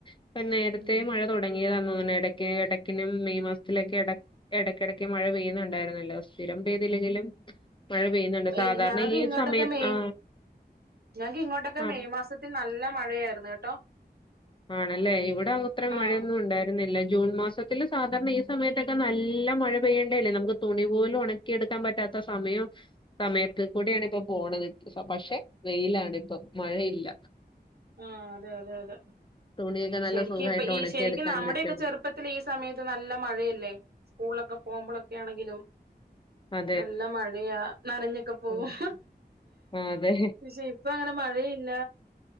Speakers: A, on the left; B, on the right.
A: ഇപ്പ നേരത്തെ
B: ഉം
A: മഴ തൊടങ്ങിയതാന്ന് തോന്ന്ണ് എടക്ക് എടയ്ക്കിനും മെയ് മാസത്തിലൊക്കെ എട എടക്കെടയ്ക്ക് മഴ പെയ്യ്ന്ന്ണ്ടായിര് അല്ല സ്ഥിരം പെയ്തില്ലെങ്കിലും മഴ പെയ്യുന്നുണ്ട്
B: <unintelligible>
A: സാധാരണ ഈ
B: ഇങ്ങോട്ടൊക്കെ
A: സമയത്ത്
B: മെയ്
A: ആ
B: <unintelligible> ഇങ്ങോട്ടൊക്കെ
A: ആ
B: മെയ് മാസ ത്തില് നല്ല മഴയായിരുന്ന്ട്ടോ
A: ആണല്ലേ ഇവിടെങ്ങു ഇത്ര മഴയൊന്നും
B: ആഹ്
A: ഉണ്ടായി രുന്നില്ല ജൂൺ മാസത്തിൽ സാധാരണ ഈ സമയത്തൊക്കെ നല്ല മഴ പെയ്യേണ്ടല്ലേ നമുക്ക് തുണി പോലും ഒണ ക്കിയെട്ക്കാൻ പറ്റാത്ത സമയം സമയത്ത് കൂടിയാണ് ഇപ്പൊ പോണത് പക്ഷെ വെയിലാണ്പ്പം മഴയില്ല.
B: ആഹ് അതെ അതെ അതെ.
A: തുണിയൊക്കെ നല്ല
B: ശരിക്കും
A: സുഖമായിട്ട്
B: ഇപ്പൊ ഈ
A: ഉണക്കിയെടുക്കാൻ
B: ശരിക്കും നമ്മുടെയൊക്കെ
A: പറ്റും
B: ചെറുപ്പത്തി ഈ സമയത്ത് നല്ല മഴയല്ലേ സ്കൂളൊക്കെ പോകുമ്പോഴൊക്കെയാണെങ്കിലും-
A: ആഹ്.
B: നല്ല മഴയാ നനഞ്ഞൊക്കെ പോവും.
A: ഉം ആ, അതെ
B: പക്ഷെ ഇപ്പൊ അങ്ങനെ മഴയില്ല.